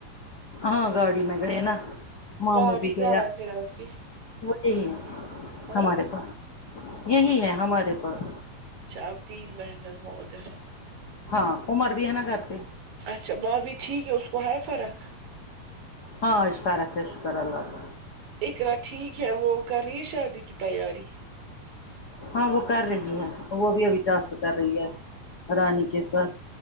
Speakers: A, on the left (about 45°); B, on the right (about 80°).
A: ہاں گاڑی میں گئے نا ماموں
B: بھابھی
A: بھی
B: کہاں
A: گیا
B: ہے پھر آپ کی
A: وہ یہی ہے
B: ہاں
A: ہمارے پاس یہی ہے ہمارے پاس
B: چار تین مہینے ہو ادھر ہے
A: ہاں عمر بھی ہے نا گھر پہ
B: اچھا بھابی ٹھیک ہے اس کو ہے فرق
A: ہاں فرق ہے شکر اللہ کا
B: اقرا ٹھیک ہے وہ کر رہی ہے شادی کی تیاری
A: ہاں وہ کر رہی ہے وہ بھی ابھیٹاس کر رہی ہے رانی کے سر